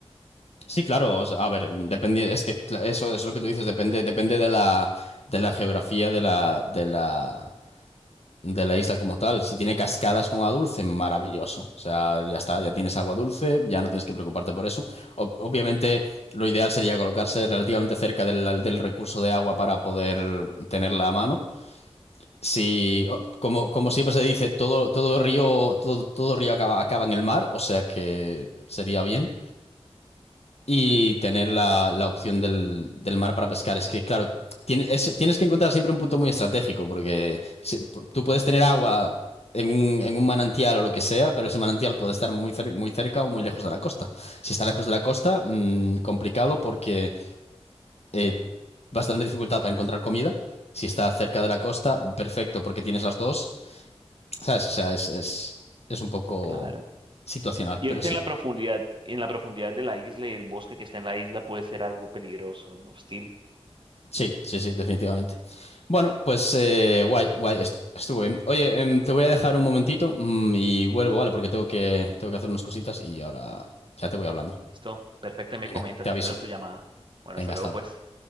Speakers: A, on the left; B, on the right.
A: Sí, claro, o sea, a ver, depende, es que cla- eso, eso es lo que tú dices, depende, depende de la, de la geografía de la, de la, de la isla como tal. Si tiene cascadas con agua dulce, maravilloso. O sea, ya está, ya tienes agua dulce, ya no tienes que preocuparte por eso. Ob- obviamente, lo ideal sería colocarse relativamente cerca del, del recurso de agua para poder tenerla a mano. Si, o- como, como siempre se dice, todo, todo río, todo, todo río acaba, acaba en el mar, o sea que sería bien y tener la, la opción del, del mar para pescar. Es que, claro, tiene- es- tienes que encontrar siempre un punto muy estratégico, porque se- pu- tú puedes tener agua en un, en un manantial o lo que sea, pero ese manantial puede estar muy, cer- muy cerca o muy lejos de la costa. Si está lejos de la costa, mm, complicado porque eh, vas a tener dificultad para encontrar comida. Si está cerca de la costa, perfecto, porque tienes las dos. ¿Sabes? O sea, es, es, es un poco
B: Claro.
A: situacional,
B: Irte
A: pero sí.
B: en la profundidad, en la profundidad de la isla y el bosque que está en la isla puede ser algo peligroso, hostil.
A: Sí, sí, sí, definitivamente. Bueno, pues eh, guay, guay, estu- estuvo bien. Oye, em, te voy a dejar un momentito mm, y vuelvo, ¿vale? Porque tengo que, tengo que hacer unas cositas y ahora ya te voy hablando.
B: Listo, perfecto, me
A: Venga,
B: comentas,
A: te aviso.
B: espero tu llamada. Bueno,
A: Venga,
B: hasta luego
A: hasta ahora.
B: pues.